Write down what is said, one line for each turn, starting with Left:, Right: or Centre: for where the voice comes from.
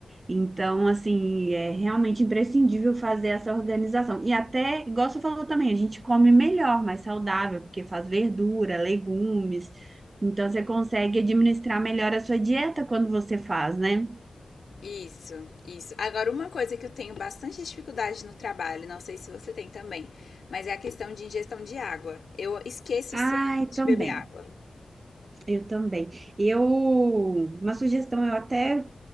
Right: Então, assim, é realmente imprescindível fazer essa organização. E até, igual você falou também, a gente come melhor, mais saudável, porque faz verdura, legumes. Então, você consegue administrar melhor a sua dieta quando você faz, né?
Left: Isso, isso. Agora, uma coisa que eu tenho bastante dificuldade no trabalho, não sei se você tem também, mas é a questão de ingestão de água. Eu esqueço sempre
Right: Ai,
Left: de
Right: também.
Left: beber água.
Right: Eu também. Eu, uma sugestão, eu até